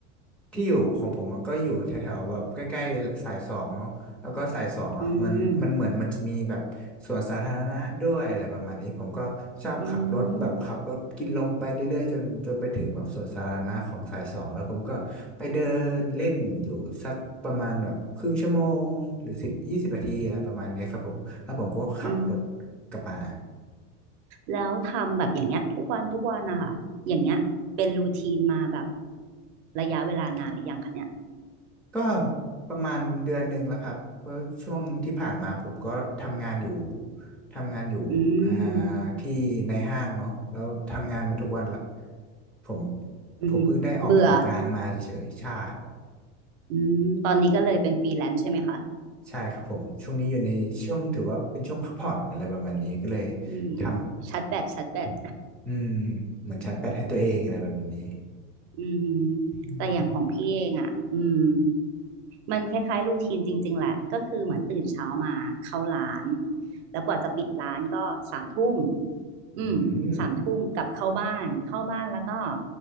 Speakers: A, in the centre; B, on the right.
A: ที่อยู่ของผมมันก็อยู่แถวๆแบบใกล้ๆสายสองเนาะแล้วก็สายสองอ่ะมันมันเหมือนมันจะมีแบบสวนสาธารณะด้วยอะไรประมาณนี้ผมก็ชอบขับรถแบบขับรถกินลมไปเรื่อยๆจนจนไปถึงแบบสวนสาธารณะของสายสองแล้วผมก็ไปเดินเล่นอยู่สักประมาณแบบครึ่งชั่วโมงหรือสิบยี่สิบนาทีอะไรประมาณนี้ครับผมแล้วผมก็ขับรถ
B: อืมอืมอืม
A: กลับมา
B: แล้วทำแบบอย่างเงี้ยทุกวันทุกวันนะคะอย่างเงี้ยเป็นรูทีนมาแบบระยะเวลานานหรือยังคะเนี่ย
A: ก็ประมาณเดือนหนึ่งแล้วครับเพราะช่วงที่ผ่านมาผมก็ทำงานอยู่ทำงานอยู่อ่า
B: อืม
A: ที่ในห้างเนาะแล้วทำงานมาทุกวันละผม
B: อืมเบื่อ
A: ผมเพิ่งได้ออกจากงานมาเฉยๆใช่
B: อืมตอนนี้ก็เลยเป็นฟรีแลนซ์ใช่ไหมคะ
A: ใช่ครับผมช่วงนี้อยู่ในช่วงถือว่าเป็นช่วงพักผ่อนอะไรประมาณนี้ก็เลย
B: อืม
A: ท
B: ชัดแบตชัดแบต
A: ำอืมเหมือนชั้นแปดให้ตัวเองอะไรแบบนี้
B: อืมฮึ
A: อืม
B: แต่อย่างของพี่เองอ่ะอืมมันคล้ายๆรูทีนจริงๆแหละก็คือเหมือนตื่นเช้ามาเข้าร้านแล้วกว่าจะปิดร้านก็สามทุ่มอืมสามทุ่มกลับเข้าบ้านเข้าบ้านแล้วก็
A: อืม